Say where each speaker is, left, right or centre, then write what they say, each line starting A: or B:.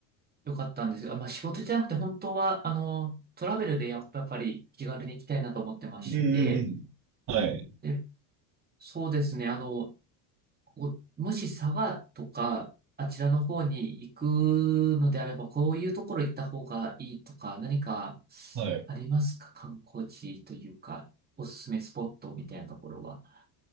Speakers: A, on the right; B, on the right.
A: よかったんですが、まあ仕事じゃなくて、本当は、あの、トラベルでやっぱり気軽に行きたいなと思ってまして、
B: うんうんうん。はい。
A: で、そうですね、あの、こう、もし佐賀とか、あちらの方に行くのであれば、こういうところ行った方がいいとか、何か
B: はい。
A: ありますか観光地というか、おすすめスポットみたいなところは。